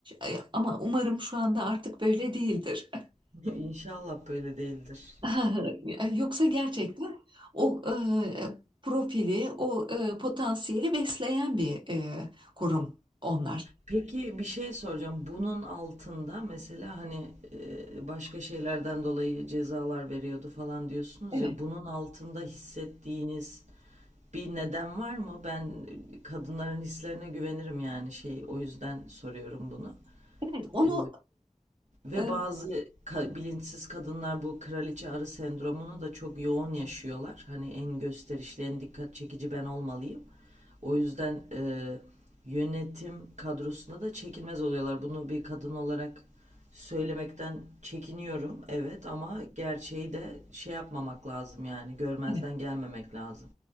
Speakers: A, on the right; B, on the right.
A: E, Ama umarım şu anda artık böyle değildir.
B: <laughs> Ya İnşallah böyle değildir.
A: <laughs> Yoksa gerçekten o e, profili, o e, potansiyeli besleyen bir e, kurum onlar.
B: Peki bir şey soracağım. Bunun altında mesela hani e, başka şeylerden dolayı cezalar veriyordu falan diyorsunuz
A: Evet,
B: ya bunun altında hissettiğiniz bir neden var mı? Ben e, kadınların hislerine güvenirim yani şey o yüzden soruyorum bunu.
A: evet onu
B: Ee, ve
A: e,
B: bazı ka- bilinçsiz kadınlar bu kraliçe arı sendromunu da çok yoğun yaşıyorlar. Hani en gösterişli, en dikkat çekici ben olmalıyım. O yüzden e, yönetim kadrosuna da çekilmez oluyorlar. Bunu bir kadın olarak söylemekten çekiniyorum, evet ama gerçeği de şey yapmamak lazım yani görmezden
A: Evet,
B: gelmemek lazım.